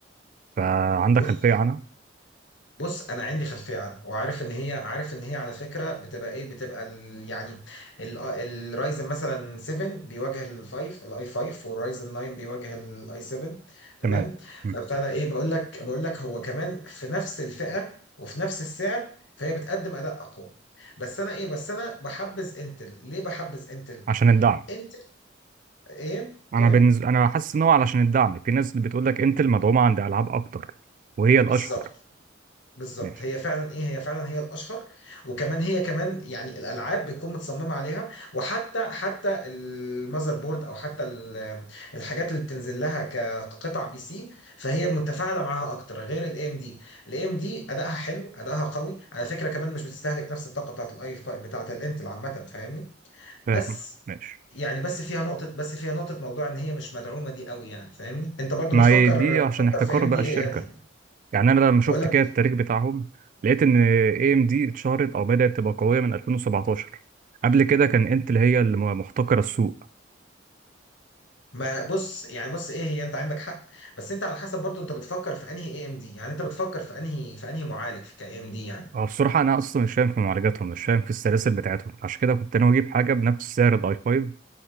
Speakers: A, on the right; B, on the left.
A: فعندك
B: بص
A: خلفيه عنها
B: بص انا عندي خلفيه عنها وعارف ان هي عارف ان هي على فكره بتبقى ايه بتبقى ال يعني ال- الرايزن مثلا 7 بيواجه الفايف الاي 5 والرايزن 9 بيواجه الاي 7 تمام
A: تمام مم.
B: فابتدى ايه بقول لك بقول لك هو كمان في نفس الفئه وفي نفس السعر فهي بتقدم اداء اقوى بس انا ايه بس انا بحبذ انتل ليه بحبذ انتل
A: عشان الدعم
B: انتل ايه بتقول
A: انا بالنسبه
B: ايه
A: انا حاسس ان هو علشان الدعم في ناس بتقول لك انتل مدعومه عند العاب اكتر وهي الاشهر
B: بالظبط بالظبط
A: ماشي
B: هي فعلا ايه هي فعلا هي الاشهر وكمان هي كمان يعني الالعاب بتكون متصممه عليها وحتى حتى المذر بورد او حتى ال- الحاجات اللي بتنزل لها كقطع بي سي فهي متفاعله معاها اكتر غير الاي ام دي الاي ام دي ادائها حلو ادائها قوي على فكره كمان مش بتستهلك نفس الطاقه بتاعت الاي بتاعت الانتل عامه فاهمني بس
A: فاهم ماشي
B: يعني بس فيها نقطه بس فيها نقطه موضوع ان هي مش مدعومه دي قوي يعني فاهمني انت برضو
A: ما
B: بتفكر
A: هي دي
B: بتفكر
A: عشان احتكار
B: في ام
A: بقى
B: دي
A: الشركه
B: ايه انهي
A: يعني انا لما شفت
B: بقول لك
A: كده التاريخ بتاعهم لقيت ان اي ام دي اتشهرت او بدات تبقى قويه من 2017 قبل كده كان انتل هي اللي محتكره السوق
B: ما بص يعني بص ايه هي انت عندك حق بس انت على حسب برضو انت بتفكر في انهي اي ام دي يعني انت بتفكر في انهي في انهي معالج في كاي ام دي يعني
A: هو بصراحة أنا أصلا مش فاهم في معالجاتهم مش فاهم في السلاسل بتاعتهم عشان كده كنت ناوي أجيب حاجة بنفس سعر الأي 5